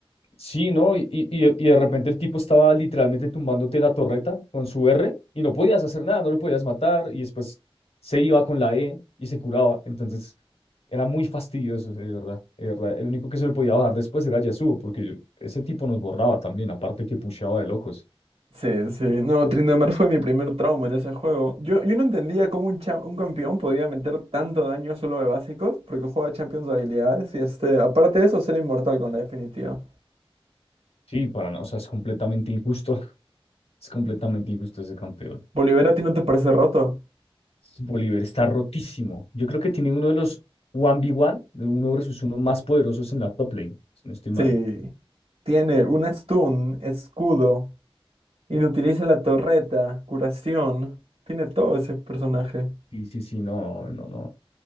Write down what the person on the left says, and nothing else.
Sí, ¿no? Y, y, y de y de repente el tipo estaba literalmente tumbándote la torreta con su R y no podías hacer nada, no lo podías matar y después se iba con la E y se curaba. Entonces era muy fastidioso, de verdad, de verdad. El único que se lo podía bajar después era Yasuo, porque yo- ese tipo nos borraba también, aparte que pusheaba de locos.
Sí, para nada, o sea, es completamente injusto, <laughs> es completamente injusto ese campeón.
Bolívar está rotísimo. Yo creo que tiene uno de los 1v1, de uno versus uno más poderosos en la top lane, si no estoy mal.
Sí, sí, sí, no, no, no.